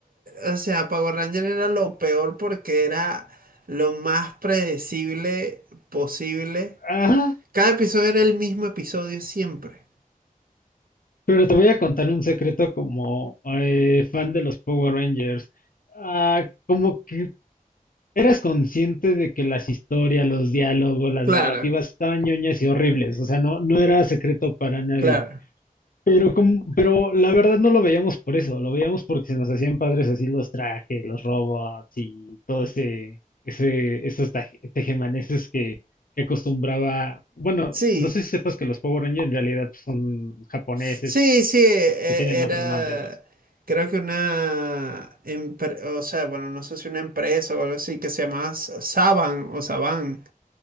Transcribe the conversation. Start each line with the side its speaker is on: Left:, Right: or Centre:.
Right: eh, o sea, Power Rangers era lo peor porque era lo más predecible posible.
Left: Ajá.
Right: Cada episodio era el mismo episodio siempre.
Left: Pero te voy a contar un secreto como eh, fan de los Power Rangers. Ah, como que eras consciente de que las historias, los diálogos, las
Right: Claro,
Left: narrativas estaban ñoñas y horribles. O sea, no, no era secreto para nadie.
Right: claro.
Left: Pero, como, pero la verdad no lo veíamos por eso, lo veíamos porque se nos hacían padres así los trajes, los robots y todo ese, ese, esos taje- tejemanejes que, que acostumbraba. Bueno,
Right: Sí.
Left: no sé si sepas que los Power Rangers en realidad son japoneses,
Right: Sí, sí, e-
Left: que tienen
Right: era,
Left: otro nombre, no sé.
Right: creo que una, empre- o sea, bueno, no sé si una empresa o algo así, que se llamaba S- Saban o Saban.